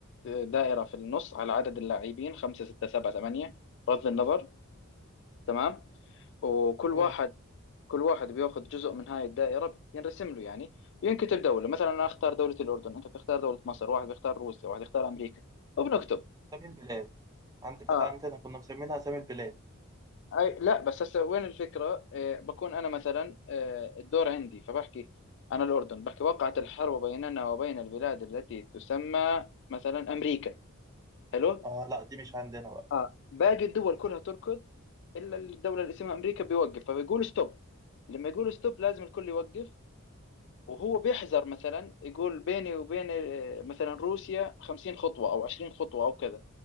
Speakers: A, on the left; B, on the right.
A: دائرة في النص على عدد اللاعبين خمسة ستة سبعة ثمانية بغض النظر تمام وكل
B: مم.
A: واحد كل واحد بياخذ جزء من هاي الدائرة ينرسم له يعني وينكتب دولة مثلا أنا أختار دولة الأردن أنت بتختار دولة مصر واحد بيختار روسيا واحد يختار أمريكا وبنكتب
B: أسامي البلاد عندك كانت
A: آه
B: عندنا كنا مسمينها أسامي البلاد
A: أي لا بس هسه وين الفكرة آه بكون أنا مثلا آه الدور عندي فبحكي أنا الأردن بحكي وقعت الحرب بيننا وبين البلاد التي تسمى مثلا أمريكا حلو
B: آه لا دي مش عندنا بقى
A: آه باقي الدول كلها تركض إلا الدولة اللي اسمها أمريكا بيوقف فبيقول ستوب لما يقول ستوب لازم الكل يوقف وهو بيحذر مثلا يقول بيني وبين آه، مثلا روسيا 50 خطوة أو 20 خطوة أو كذا